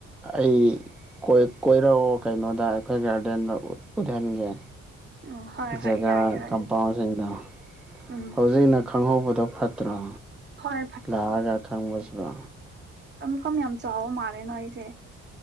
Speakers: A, in the centre; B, on the right (about 35°).
A: ꯑꯩ ꯀꯣꯏꯔꯛꯑꯣ ꯀꯩꯅꯣꯗ ꯑꯩꯈꯣꯏ ꯒꯥꯔꯗꯦꯟꯗ ꯎꯠꯍꯟꯒꯦ
B: ꯎꯝ ꯍꯣꯏ ꯍꯣꯏ
A: ꯖꯒꯥ
B: ꯌꯥꯏ ꯍꯣꯏ
A: ꯀꯝꯄꯥꯎꯟꯁꯤꯡꯗꯣ
B: ꯎꯝ
A: ꯍꯧꯖꯤꯛꯅ ꯈꯪꯍꯧꯕꯗꯣ ꯐꯠꯇ꯭ꯔꯣ
B: ꯍꯣꯏ
A: ꯂꯥꯛꯑꯒ ꯈꯪꯕꯁꯕ
B: ꯀꯝ ꯌꯥꯝ ꯆꯥꯎꯕ ꯃꯥꯜꯂꯦꯅꯣ ꯑꯩꯁꯦ